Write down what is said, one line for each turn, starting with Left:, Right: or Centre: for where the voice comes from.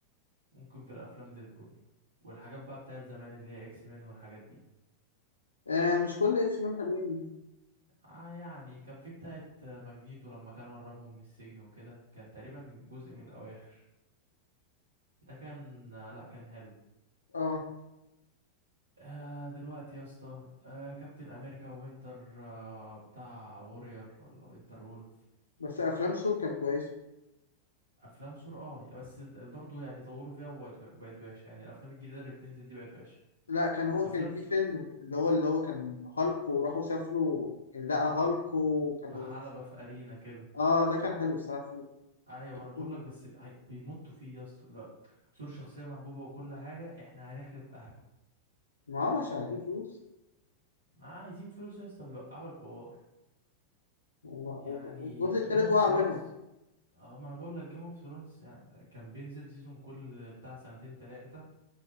Right: ممكن في الافلام ديدبول والحاجات بقى بتاعت زمان اللي هي اكس مان والحاجات دي
Left: آه مش كل اكس مان حلوين يعني.
Right: اه يعني كان في بتاعت ماجنيتو لما كان هربهم من السجن وكده كان تقريبا جزء من الاواخر ده كان آه، لا كان حلو
Left: اه
Right: آه دلوقتي يا اسطى آه كابتن امريكا وينتر آه بتاع وورير ولا وينتر وولف
Left: بس افلام سور كان كويس
Right: افلام سور اه يعني بس برضو يعني طوروا فيها وبقت بقت وحشه يعني الافلام الجديده اللي بتنزل دي بقت وحشه
Left: لا كان هو
Right: افلام
Left: كان في
Right: سور
Left: فيلم اللي هو اللي هو كان هالك وراحوا سافروا يعني لقى هالك وكانوا
Right: في حلبة
Left: في...
Right: في ارينا كده
Left: اه ده كان حلو الصراحه فيلم
Right: ايوه ما
Left: الكرتون
Right: انا بقول لك بس هي- بيمطوا فيه يا اسطى لا سور شخصيه محبوبه وكل حاجه احنا هنحلب اهله
Left: ما عملش عليه فلوس
Right: ما عايزين فلوس يا اسطى بيوقعوا الحوار
Left: وما-
Right: يعني
Left: وما- والجزء التالت
Right: جيم اوف
Left: وقع
Right: ثرونز
Left: منهم
Right: اه ما انا بقول لك جيم اوف ثرونز يعني كان بينزل سيزون كل بتاع سنتين تلاتة